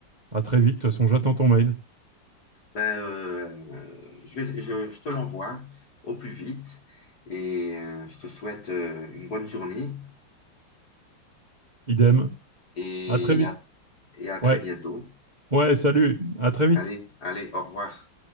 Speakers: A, on the right (about 25°); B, on the left (about 55°).
A: à très vite, de toute façon, j'attends ton mail.
B: Ben, euh, je vais, je, je te l'envoie au plus vite et euh, je te souhaite euh, une bonne journée
A: Idem,
B: et
A: à très vite.
B: à- et à très
A: Ouais,
B: bientôt.
A: ouais, salut, à très vite.
B: Allez, allez, au revoir.